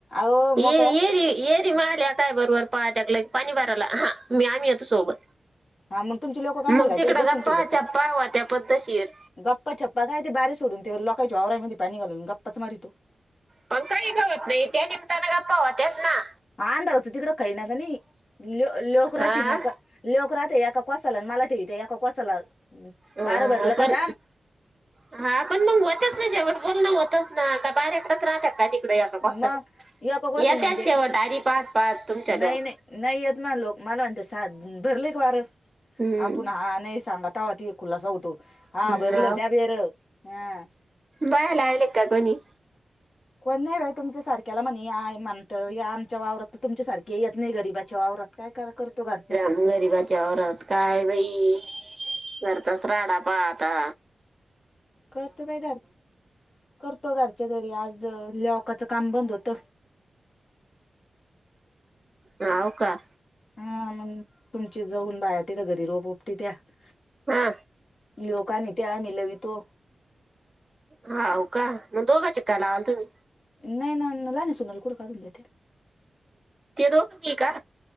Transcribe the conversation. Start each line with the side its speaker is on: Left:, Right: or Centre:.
Left: अहो
Right: ये
Left: मो कळ्या स
Right: येरी येरी माया लेका बरोबर पडतात लेख पाणी बाराला हा मी आम्ही येतो सोबत
Left: हा मग तुमची लोक कामाला
Right: मग
Left: घालतेत
Right: तिकडे
Left: बसून
Right: गप्पा
Left: ठेवतात काय
Right: चप्पा होत्या पद्धतशीर
Left: गप्पा छप्पा काय ते बारीे सोडून तो लोकायच्या आवरा्यामध्ये पाणी घालून गप्पाच मारी तो
Right: पण काही गवत नाही त्या निमित्याने गप्पा हो त्ययास ना
Left: आंध्र असत त कड काहीनाकाणी ल लोक रा
Right: आ?
Left: त नाही अका लोक राहते एका कोसाला मला ठेवते एका कोसाला
Right: आ,
Left: बारबर ल
Right: पण
Left: का जा.
Right: हा पण मग होतेच ना शेवट बोलण होतच ना का बाहेर्याकडंच राहतात का ते. या का कस
Left: मग एका कोसाला
Right: येत
Left: म्हणजे
Right: शेव डायरी पास पास तुमच्या लडोक
Left: नाही नाही नाही येत ना लोक मला सा भरले क वारं
Right: हम्म,
Left: आपण हा नाही सांगत तवा ती. खुलासा होतो हा
Right: हम्म,
Left: भरल द बिर ह
Right: बायलाले का कोणी
Left: कोण नाही बा तुमच्या सारख्याला म्हणे म्हणत या आमच्या वावरात तर तुमच्या सारख्या काही येत नाही गरीबाच्या वावरात काय करा करतो घरच्या
Right: ह गरीबाच्या त्या वावरात काय बाई घरचाच राडा पाहा आता.
Left: करतो बाई दारच करतो घरच्या घरी आज लॉकाचं काम बंद होतं.
Right: हाव का
Left: हा मग तुमची जाऊन बाया तिथ घरी रोप ऊपटी त्यात
Right: हा.
Left: लोकांनी ते आम्ही लावी तो
Right: हाव का मग दोघां चेका लावल तुम्ही
Left: नाही ना अ न लहान्या सुनाल कुठे काढून देता.
Right: ते दोघ बी का